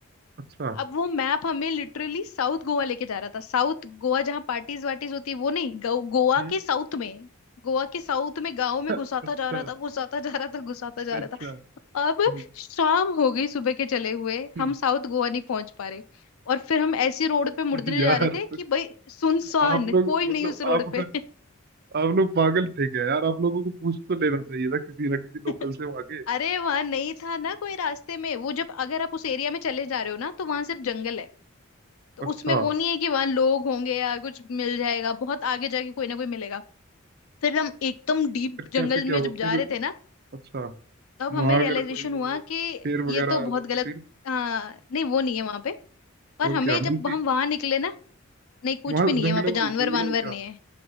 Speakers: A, on the right; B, on the left.
A: अच्छा
B: अब वो मैप हमें लिटरली साउथ गोवा लेके जा रहा था साउथ गोवा जहाँ पार्टीज वार्टीज होती है वो नहीं गो, गोवा
A: हम्म,
B: के साउथ में गोवा के साउथ में गांव में
A: अच्छा
B: घुसाता
A: अच्छा
B: जा रहा था घुसाता जा रहा था घुसाता जा
A: अच्छा
B: रहा था
A: हम्म,
B: अब शाम हो गई सुबह के चले हुए
A: हम्म,
B: हम साउथ गोवा नहीं पहुंच पा रहे और फिर हम ऐसी रोड पे मुड़ने
A: हम्म। यार
B: जा रहे थे कि भाई सुनसान
A: आप लोग
B: कोई नहीं
A: मतलब
B: उस रोड
A: आप
B: पे
A: आप लोग पागल थे क्या यार आप लोगों को पूछ तो लेना चाहिए था किसी ना किसी
B: <laughs>
A: लोकल से वहां के
B: अरे वहां नहीं था ना कोई रास्ते में वो जब अगर आप उस एरिया में चले जा रहे हो ना तो वहां सिर्फ जंगल है तो
A: अच्छा
B: उसमें वो नहीं है कि वहां लोग होंगे या कुछ मिल जाएगा बहुत आगे जाके कोई ना कोई मिलेगा फिर हम एकदम डीप
A: फिर
B: जंगल
A: कैसे क्या
B: में
A: हुआ
B: जब
A: फिर
B: जा रहे थे ना
A: अच्छा
B: तब हमें
A: वहां
B: रियलाइजेशन
A: अगर कोई मतलब
B: हुआ कि
A: शेर
B: ये
A: वगैरह
B: तो
A: आ
B: बहुत
A: जाता
B: गलत
A: फिर
B: हाँ नहीं वो नहीं है वहां पे पर
A: और
B: हमें
A: क्या
B: जब
A: मंकी
B: हम वहां निकले ना नहीं कुछ
A: वहां
B: भी नहीं
A: जंगलों
B: है वहां पे जानवर
A: में जंगलों
B: वानवर
A: में क्या
B: नहीं है